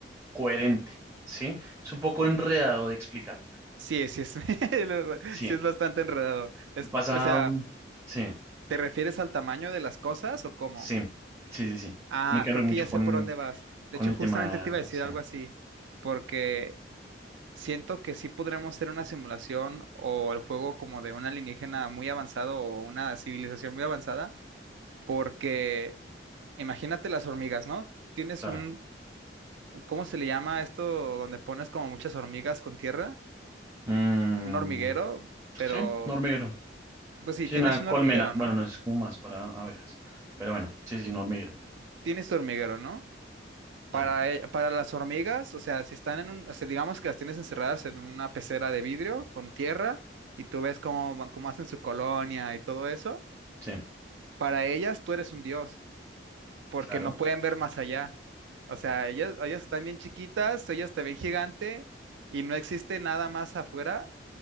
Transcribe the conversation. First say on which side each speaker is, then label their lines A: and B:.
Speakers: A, on the right; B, on the right.
A: coherente, ¿sí? Es un poco enredado de explicar.
B: Sí, sí es, <laughs>
A: Sí,
B: sí es bastante enredado. Es,
A: pasa,
B: o sea,
A: mm, sí,
B: ¿te refieres al tamaño de las cosas o cómo?
A: sí, sí, sí, sí.
B: Ah,
A: Tiene que
B: creo
A: ver mucho
B: que ya
A: con,
B: sé por dónde vas. De
A: con
B: hecho,
A: el
B: justamente
A: tema,
B: te iba a decir
A: sí,
B: algo así, porque siento que sí podremos hacer una simulación o el juego como de un alienígena muy avanzado o una civilización muy avanzada, porque imagínate las hormigas, ¿no? Tienes
A: claro.
B: un, ¿cómo se le llama esto? Donde pones como muchas hormigas con tierra,
A: Mm,
B: un hormiguero, pero,
A: sí, un hormiguero.
B: pues sí,
A: Sí,
B: tienes
A: una colmena.
B: un hormiguero,
A: Bueno,
B: ¿no?
A: no es como más para abejas. Pero bueno, sí, sí, un hormiguero.
B: Tienes tu hormiguero, ¿no?
A: Claro,
B: Para, e- para las hormigas, o sea, si están en un, o sea, digamos que las tienes encerradas en una pecera de vidrio con tierra y tú ves cómo, van- cómo hacen su colonia y todo eso,
A: sí,
B: para ellas tú eres un dios, porque
A: claro,
B: no pueden ver más allá. O sea, ellas, ellas están bien chiquitas, ellas te ven gigante y no existe nada más afuera